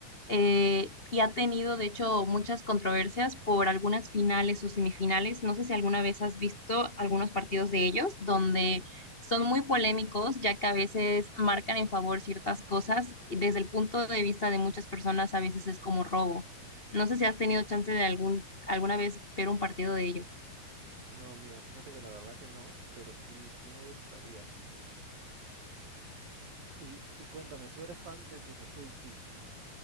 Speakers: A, on the left; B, on the right.
A: eh, y ha tenido de hecho muchas controversias por algunas finales o semifinales. No sé si alguna vez has visto algunos partidos de ellos donde son muy polémicos ya que a veces marcan en favor ciertas cosas y desde el punto de vista de muchas personas a veces es como robo. No sé si has tenido chance de algún alguna vez ver un partido de ellos.
B: No, mira, fíjate que la verdad que no, pero sí, sí me gustaría. Y, y cuéntame, ¿tú eres fan del Cruz Azul? Sí.